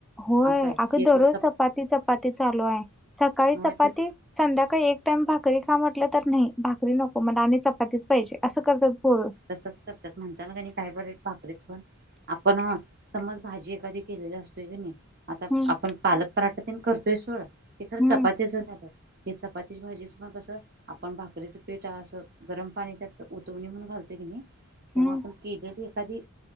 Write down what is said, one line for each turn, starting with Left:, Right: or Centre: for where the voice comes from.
Centre: होय
Right: असं आहे ते
Centre: अगं
Right: एक
Centre: दररोज
Right: वेळ
Centre: चपाती चपाती चालू आहे सकाळी
Right: मग
Centre: चपाती
Right: तेच
Centre: संध्याकाळी एक टाइम भाकरी का म्हटलं तर नाही भाकरी नको म्ह आणि चपातीच पाहिजे असं करतात पोर
Right: तसंच करतात म्हणता ना क काय बर पाकेत पण <unintelligible> आपण ह समज भाजी एखादी केलेली असते की नाही आता
Centre: हम्म
Right: आपण पालक पराठा ते करतोय सोड ते खरं
Centre: हम्म
Right: चपातीचं झाग हे चपातीची भाजीचं पण कसं आपण भाकरीचं पिठा असं गरम पाणी त्यात दोणी म्हणून घालतोय की नाही तेव्हा
Centre: हम्म
Right: आपण केले एखादी